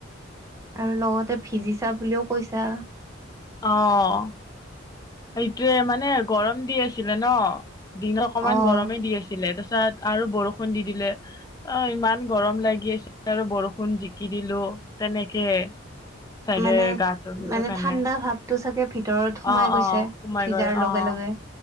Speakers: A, on the right; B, on the left.
A: আৰু লগতে ভিজিছা বুলিও কৈছা।
B: অ'। সেইটোৱে মানে গৰম দি আছিলে ন দিনত অকমান
A: অ'
B: গৰমে দি আছিলে তাৰপছত আৰু বৰষুণ দি দিলে। অ', ইমান গৰম লাগি আছিল আৰু বৰষুণ জিকি দিলো তেনেকে। চাগে
A: মানে
B: গাতো সেইটো
A: মানে
B: কাৰণে।
A: ঠাণ্ডা ভাৱটো চাগে ভিতৰত। সোমাই
B: অ',
A: গৈছে
B: অ', সোমাই
A: ভিজাৰ
B: গ'ল
A: লগে
B: অ'।
A: লগে।